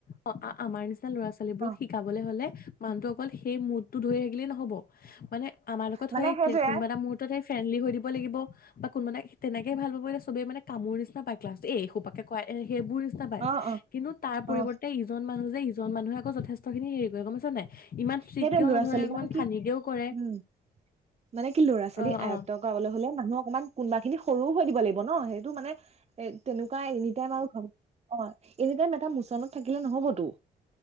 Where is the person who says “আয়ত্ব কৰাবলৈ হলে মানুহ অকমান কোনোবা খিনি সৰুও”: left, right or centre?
Right